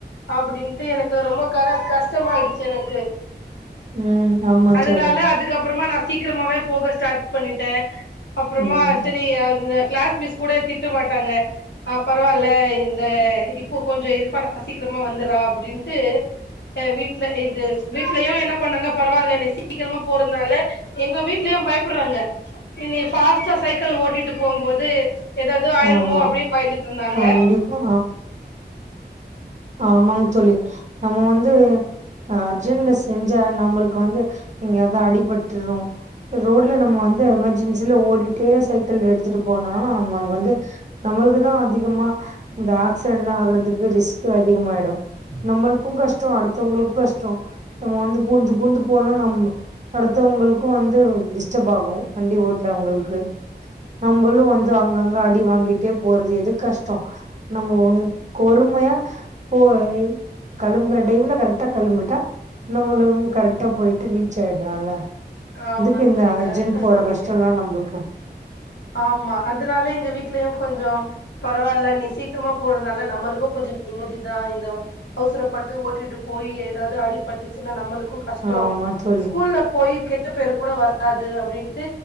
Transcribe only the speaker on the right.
உம் அமா
தோழி
ம்
ஆமா
கண்டிப்பா ஆமாங்க தோழி நம்ம வந்து அர்ஜென்ல செ நம்மளுக்கு வந்து இங்க எங்கதா அடிபட்டுரு ரோட்ல நம்ம வந்து எமர்ஜென்சில ஓடிட்டே சைக்கிள் எடுத்துட்டு போனா நம்ம வந்து நம்மளுக்குதா அதிகமா இந்த ஆக்சிடென்லா ஆகுறதுக்கு அதிகமா நம்மளுக்கு கஷ்டோ அடுத்தவங்களுக்கு கஷ்டோ நம்ம வந்து பூந்து பூந்து போனா நம் அடுத்தவங்களுக்கு வந்து டிஸ்டப் ஆகு வண்டி ஓட்றவங்களுக்கு நம்மளு வந்து அங்கங்க அடி வாங்கிட்டே போறது எது கஷ்டோ நம்ம பொறுமையா போ கெளம்புற டைம்ல கரெக்டா கெளம்பிட்டா நம்மளு கரெக்டா போயிட்டு ரீச் ஆயிறான்ல
எதுக்கு இந்த
அர்ஜென்ட்
போற
கஷ்டோ எல்லா நம்மளுக்கு
ஆமா தோழி